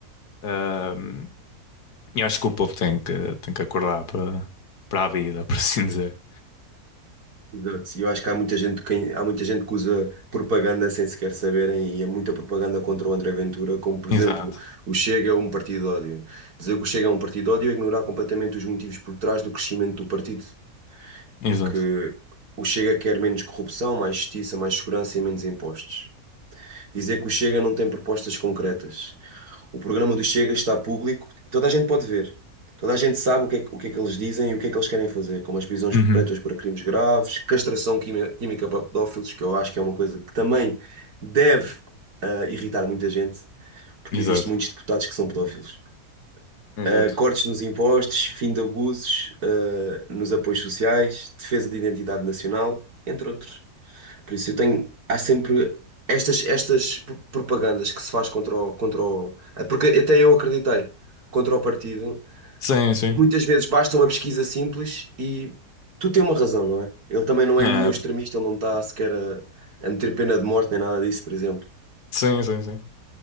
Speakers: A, on the left; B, on the right.
A: Ehm, eu acho que o povo tem que, tem que acordar para, para a vida, <laughs> por assim dizer.
B: Exato. E eu acho que há muita gente que, há muita gente que usa propaganda sem sequer saberem, e é muita propaganda contra o André Ventura, como por
A: Exato,
B: exemplo, o Chega é um partido de ódio. Dizer que o Chega é um partido de ódio é ignorar completamente os motivos por trás do crescimento do partido,
A: exato.
B: porque o Chega quer menos corrupção, mais justiça, mais segurança e menos impostos. Dizer que o Chega não tem propostas concretas. O programa do Chega está público e toda a gente pode ver. Toda a gente sabe o que é que, o que é que eles dizem e o que é que eles querem fazer, como as prisões
A: Uhum.
B: perpétuas para crimes graves, castração quimi- química para pedófilos, que eu acho que é uma coisa que também deve ah, irritar muita gente, porque
A: Exato,
B: existem muitos deputados que são pedófilos.
A: exato.
B: Ah, cortes nos impostos, fim de abusos, ah, nos apoios sociais, defesa de identidade nacional, entre outros. Por isso eu tenho, há sempre estas, estas pro- propagandas que se faz contra o, contra o, eh, porque até eu acreditei, contra o partido,
A: Sim, sim.
B: muitas vezes basta uma pesquisa simples e tu tens uma razão, não é? Ele também não
A: É,
B: é nenhum extremista, ele não está sequer a, a meter pena de morte nem nada disso, por exemplo.
A: sim, sim, sim.